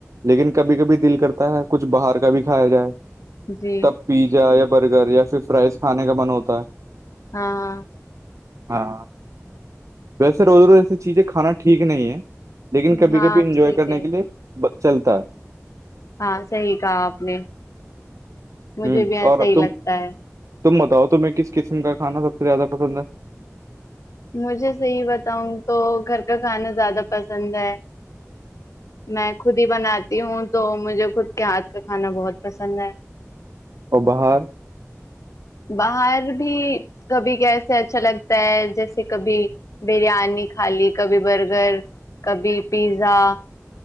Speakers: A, on the right; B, on the left.
A: لیکن کبھی کبھی دل کرتا ہے کچھ باہر کا بھی کھایا جائے
B: جی
A: تب پیزا یا برگر یا پھر فرائز کھانے کا من ہوتا ہے
B: ہاں ہاں
A: ہاں ویسے روز روز ایسی چیزیں کھانا ٹھیک نہیں ہے لیکن کبھی
B: ہاں
A: کبھی
B: آپ
A: انجوائے
B: صحیح
A: کرنے
B: کہہ
A: کے لیے چلتا ہے
B: ہاں صحیح کہا آپ نے مجھے
A: ہوں
B: بھی یہاں
A: اور
B: صحیح
A: تم
B: لگتا ہے
A: تم بتاؤ تمہیں کس قسم کا کھانا سب سے زیادہ پسند ہے
B: مجھے صحیح بتاؤں تو گھر کا کھانا زیادہ پسند ہے میں خود ہی بناتی ہوں تو مجھے خود کے ہاتھ کا کھانا بہت پسند ہے
A: اور بہار
B: باہر بھی کبھی کیسے اچھا لگتا ہے جیسے کبھی بریانی خالی کبھی برگر کبھی پیزا